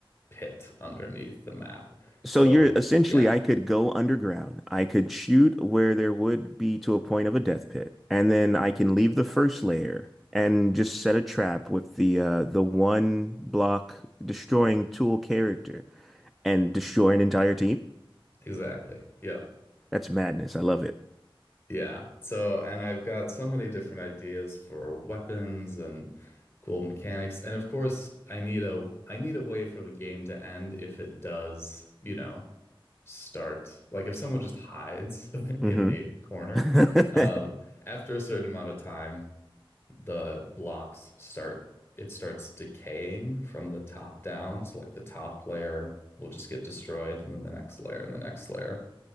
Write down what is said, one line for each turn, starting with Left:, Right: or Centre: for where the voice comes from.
Left: pit underneath the map.
Centre: So
Left: So
Centre: you're essentially,
Left: yeah,
Centre: I could go underground. I could shoot where there would be to a point of a death pit, and then I can leave the first layer and just set a trap with the uh, the one block destroying tool character and destroy an entire team.
Left: exactly. Yep.
Centre: That's madness. I love it.
Left: Yeah. So and I've got so many different ideas for weapons and cool mechanics. And of course, I need a I need a way for the game to end if it does, you know, start like if someone just hides <laughs>
Centre: hmm
Left: in a corner
Centre: <laughs>
Left: uh, after a certain amount of time the blocks start it starts decaying from the top down so like the top layer will just get destroyed and then the next layer and the next layer